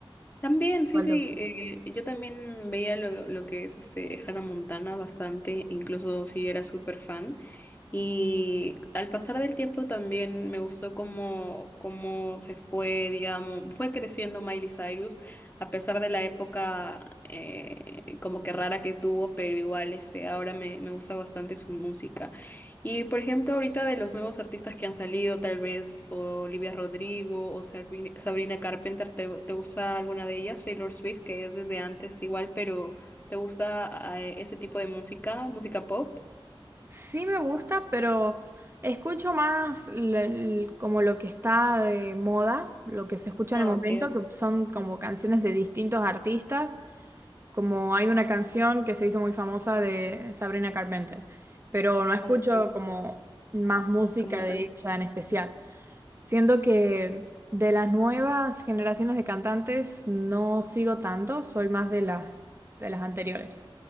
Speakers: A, on the left; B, on the right.
A: También, sí,
B: ¿Cuál
A: sí,
B: te gusta?
A: eh, yo también veía lo, lo que es este Hannah Montana bastante, incluso sí era súper fan. Y al pasar del tiempo también me gustó cómo, cómo se fue, digamos, fue creciendo Miley Cyrus, a pesar de la época eh, como que rara que tuvo, pero igual ese, ahora me, me gusta bastante su música. Y por ejemplo, ahorita de los nuevos artistas que han salido, tal vez Olivia Rodrigo o Sabri- Sabrina Carpenter, ¿te, te gusta alguna de ellas? Taylor Swift, que es desde antes igual, pero ¿te gusta eh, ese tipo de música? ¿Música pop?
B: Sí me gusta, pero escucho más la- el- como lo que está de moda, lo que se escucha
A: No,
B: en el momento,
A: ok, ok,
B: que son como canciones de distintos artistas, como hay una canción que se hizo muy famosa de Sabrina Carpenter, pero no escucho
A: Ah, ok,
B: como más música
A: como tal.
B: de ella en especial. Siento que de las nuevas generaciones de cantantes no sigo tanto, soy más de las de las anteriores